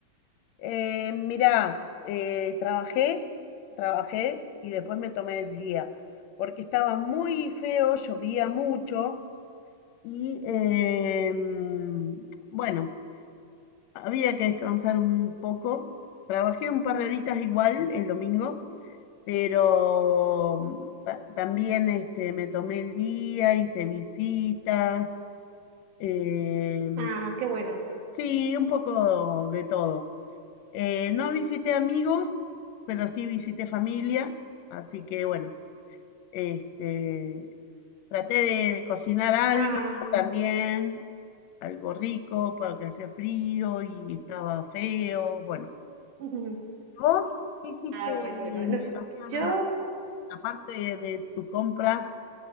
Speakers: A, on the left; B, on the right.
A: Eh, mirá, eh, trabajé, trabajé y después me tomé el día, porque estaba muy feo, llovía mucho y eh, mm, bueno, había que descansar un poco. Trabajé un par de horitas igual el domingo, pero mm, ta- también este, me tomé el día, hice visitas. Eh,
B: Ah, qué bueno.
A: sí, un poco de todo. Eh, no visité amigos, pero sí visité familia, así que bueno, este, traté de, de cocinar algo
B: Ah,
A: también, algo rico, porque hacía frío y estaba feo, bueno.
B: <laughs>
A: ¿Vos qué hiciste
B: ah, bueno, bueno,
A: en
B: no.
A: relación a
B: Yo
A: la parte de, de tus compras